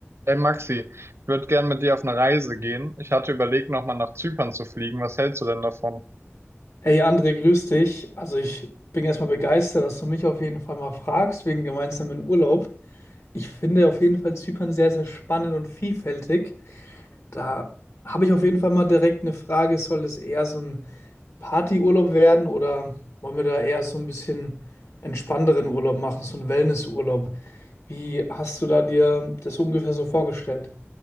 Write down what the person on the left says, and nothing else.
Hey André, grüß dich. Also ich bin erstmal begeistert, dass du mich auf jeden Fall mal fragst wegen gemeinsamen Urlaub. Ich finde auf jeden Fall Zypern sehr, sehr spannend und vielfältig. Da habe ich auf jeden Fall mal direkt eine Frage, soll es eher so ein Partyurlaub werden oder wollen wir da eher so ein bisschen entspannteren Urlaub machen, so einen Wellnessurlaub? Wie hast du da dir das ungefähr so vorgestellt?